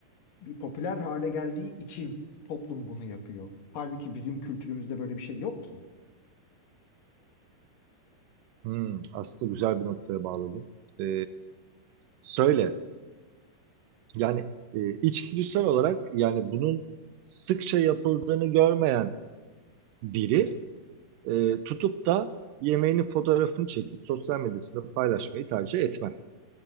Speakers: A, on the left (about 60°); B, on the right (about 80°).
A: bir popüler hale geldiği için toplum bunu yapıyor. Halbuki bizim kültürümüzde böyle bir şey yok ki.
B: Hı, aslında güzel bir noktaya bağladım. E, söyle, yani e, içgüdüsel olarak yani bunun sıkça yapıldığını görmeyen biri e, tutup da yemeğinin fotoğrafını çekip sosyal medyasında paylaşmayı tercih etmez.